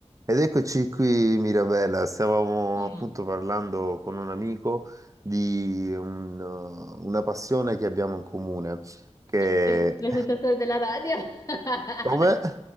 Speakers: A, on the right; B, on the left.
A: Ed eccoci qui, Mirabella. Stavamo
B: Mm.
A: appunto parlando con un amico di un- uh, una passione che abbiamo in comune, che...
B: Sembra il presentatore della radio. <laughs>
A: Come?